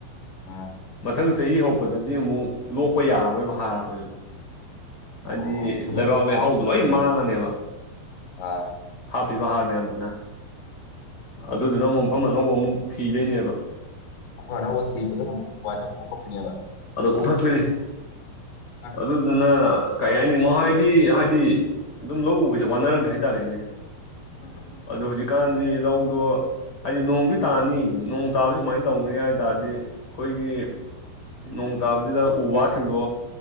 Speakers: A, on the left; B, on the left.
A: ꯑꯥ
B: ꯃꯊꯪ ꯆꯍꯤ ꯍꯧꯔꯛꯄꯗꯗꯤ ꯑꯃꯨꯛ ꯂꯣꯛꯄ ꯌꯥꯔꯔꯣꯏꯕ ꯍꯥꯔ ꯍꯥꯞꯄꯁꯨ ꯍꯥꯏꯗꯤ
A: ꯑꯣ ꯑꯗꯨ
B: ꯂꯩꯕꯥꯛ
A: ꯍꯣꯡꯇꯣꯛ
B: ꯂꯩꯍꯥꯎꯗꯣ
A: ꯑꯃꯨꯛ ꯆꯠꯇꯣꯏꯔ
B: ꯂꯣꯏ ꯃꯥꯡꯉꯅꯦꯕ
A: ꯑꯥ
B: ꯍꯥꯞꯄꯤꯕ ꯍꯥꯔ ꯃꯌꯥꯝꯗꯨꯅ ꯑꯗꯨꯗꯨꯅ ꯑꯃꯨꯛ ꯃꯐꯝ ꯑꯅꯧꯕꯃꯨꯛ ꯊꯤꯗꯣꯏꯅꯦꯕ
A: ꯑꯩꯈꯣꯏ ꯑꯅꯧꯕ ꯊꯤꯕꯗ ꯄꯣꯛꯊꯣꯛꯄꯤꯅꯦꯕ
B: ꯑꯣ ꯀꯣꯛꯊꯠꯄꯤ
A: ꯑꯁ
B: ꯑꯗꯨꯗꯨꯅ ꯀꯩ ꯍꯥꯏꯅꯤ ꯉꯣ ꯍꯥꯏꯗꯤ ꯍꯥꯏꯗꯤ ꯑꯗꯨꯝ ꯂꯧ ꯎꯕꯁꯦ ꯋꯥꯅꯔꯝꯗꯦ ꯍꯥꯏꯇꯥꯔꯦꯅꯦ
A: ꯎꯝ
B: ꯑꯗꯣ ꯍꯧꯖꯤꯛꯀꯥꯟꯗꯤ ꯂꯧꯗꯣ ꯍꯥꯏꯗꯤ ꯅꯣꯡꯗꯤ ꯇꯥꯅꯤ ꯅꯣꯡ ꯇꯥꯕꯁꯤ ꯀꯃꯥꯏꯅ ꯇꯧꯅꯤ ꯍꯥꯏ ꯇꯥꯔꯗꯤ ꯑꯩꯈꯣꯏꯒꯤ ꯅꯣꯡ ꯇꯥꯕꯁꯤꯗ ꯎ ꯋꯥꯁꯤꯡꯗꯣ